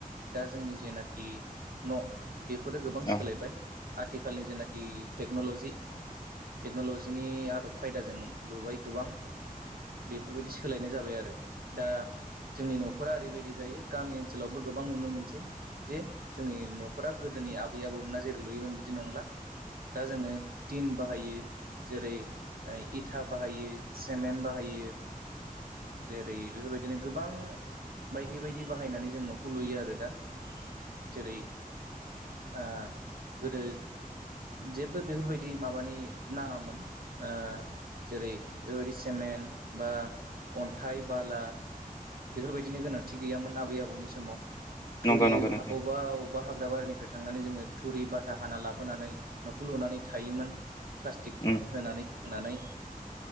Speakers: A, on the right; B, on the left.
A: दा जोंनि जेनाखि न' बेफोरो गोबां
B: अ
A: सोलायबाय। आथिखालनि जेनाखि टेक्न'ल'जि। टेक्न'लजिनि आदब खायदाजों लुबाय गोबां बेफोरबायदि सोलायनाय जाबाय आरो दा जोंनि न'फोरा ओरैबायदि जायो गामि ओनसोलावबो गोबां नुनो मोनसै जे जोंनि न'फोरा गोदोनि आबै आबौमोना जेरै लुयोमोन बिदि नंला दा जोङो टिन बाहायो जेरै इथा बाहायो सेमेन्ट बाहायो। जेरै बेफोरबायदिनो गोबां बायदि बायदि बाहायनानै जों न'खौ लुयो आरो दा जेरै आ गोदो जेबो बेफोरबायदि माबानि नाङामोन ओ जेरै बेफोरबायदि सेमेन्ट बा अन्थाइ बाला बेफोरबायदिनि गोनांथि गैयामोन आबै आबौनि समाव थुरि
B: नंगौ नंगौ नोंथां
A: अबेबा अबेबा हाग्रा बारिनिफ्राय थांनानै जोङो थुरि बाथा हाना लाबोनानै न'खौ लुनानै थायोमोन। प्लास्टिक
B: उम
A: होनानै। होनानै